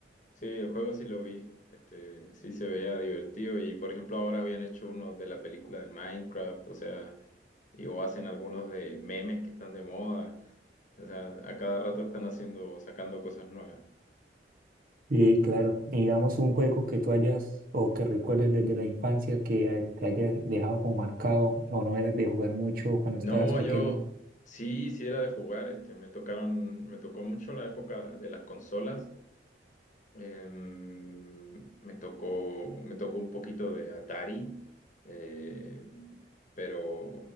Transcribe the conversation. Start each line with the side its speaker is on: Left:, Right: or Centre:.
Left: Sí, el juego sí lo vi. Este, sí se veía divertido y por ejemplo ahora habían hecho unos de la película de Minecraft, o sea, y o hacen algunos de memes que están de moda. O sea, a cada rato están haciendo, sacando cosas nuevas.
Right: Sí, claro. Digamos un juego que tú hayas o que recuerdes desde la infancia que eh, te hayas dejado como marcado o no eras de jugar mucho cuando
Left: No,
Right: estabas pequeño.
Left: yo sí, sí era de jugar, este, me tocaron, me tocó mucho la época de las consolas. Em, me tocó, me tocó un poquito de Atari, eh, pero